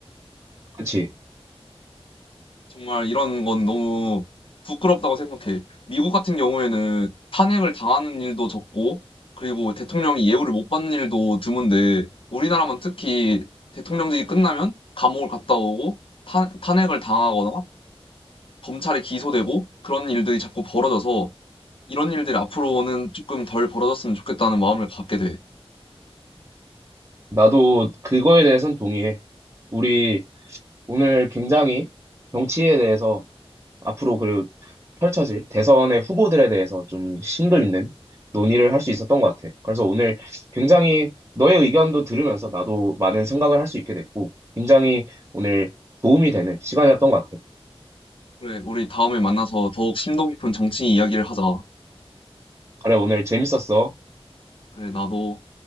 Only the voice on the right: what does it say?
그치?
나도 그거에 대해서는 동의해. 우리 오늘 굉장히 정치에 대해서 앞으로 그리고 펼쳐질 대선의 후보들에 대해서 좀 심도 있는 논의를 할 수 있었던 것 같아. 그래서 오늘 굉장히 너의 의견도 들으면서 나도 많은 생각을 할 수 있게 됐고, 굉장히 오늘 도움이 되는 시간이었던 것 같아.
그래, 오늘 재밌었어.